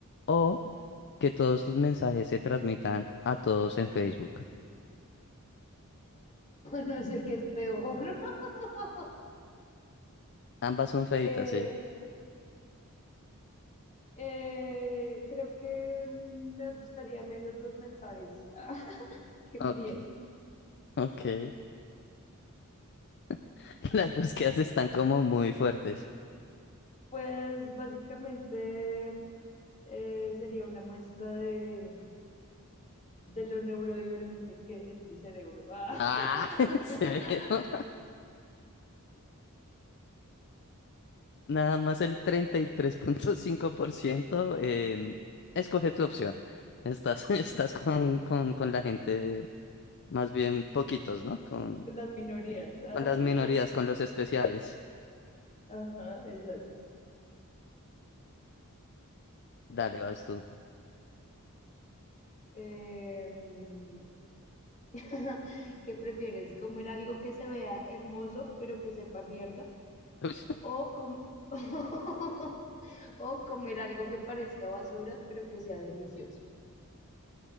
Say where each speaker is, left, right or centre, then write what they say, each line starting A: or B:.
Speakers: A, on the left (about 50°); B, on the left (about 35°).
A: O que todos tus mensajes se transmitan a todos en Facebook.
B: No sé qué es peor. <laughs>
A: Ambas son feitas,
B: Eh,
A: sí.
B: eh, creo que me asustaría menos los mensajes <laughs> que
A: Ok,
B: envié.
A: ok. <laughs> Las búsquedas están como muy fuertes.
B: Pues básicamente eh, sería una muestra de, de lo neurodivergente que es mi cerebro. Ah,
A: Ah, <laughs>
B: <laughs>
A: severo. Nada más el 33.5% em, escoge tu opción. Estás, <laughs> estás con, con, con la gente Más bien poquitos, ¿no? Con,
B: con las minorías. <laughs>
A: con las minorías, con los especiales.
B: Ah, ajá, exacto.
A: Dale, vas tú.
B: Em, <laughs> ¿Qué prefieres? ¿Comer algo que se vea hermoso pero que sepa mierda?
A: Uy,
B: ¿O, com- <laughs> o comer algo que parezca basura pero que sea delicioso?